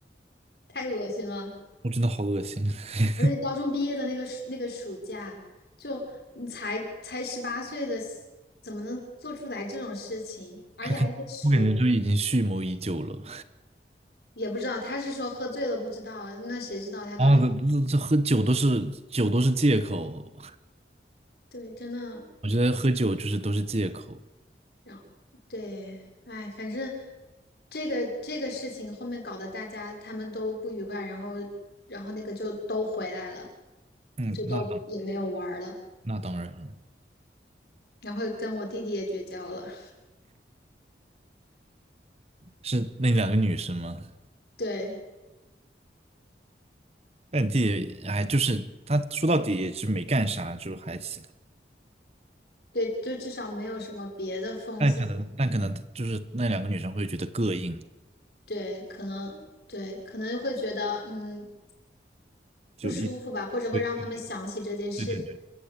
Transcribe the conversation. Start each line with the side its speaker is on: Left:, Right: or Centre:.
Left: 太恶心了，
Right: 我真的好恶心。<laughs>
Left: 而且高中毕业的那个暑那个暑假，就你才才十八岁的，怎么能做出来这种事情，而且还是熟。
Right: 他肯，我感觉就已经蓄谋已久了。
Left: 也不知道，他是说喝醉了不知道，那谁知道他到底
Right: 啊，这这这喝酒都是酒都是借口，
Left: 对，真的，
Right: 我觉得喝酒就是都是借口。
Left: 然后对，哎，反正这个这个事情后面搞得大家他们都不愉快，然后然后那个就都回来了，
Right: 嗯，
Left: 就都也没有玩儿了，
Right: 那那当然了，
Left: 然后跟我弟弟也绝交了，
Right: 是那两个女生吗？
Left: 对
Right: 但你自己，哎，就是他说到底也是没干啥，就还行。
Left: 对，就至少没有什么别的风险，
Right: 但可能，但可能就是那两个女生会觉得膈应，
Left: 对，可能对可能会觉得嗯
Right: 就一，
Left: 不舒服吧，或者会让他们想起这件事情，
Right: 对对对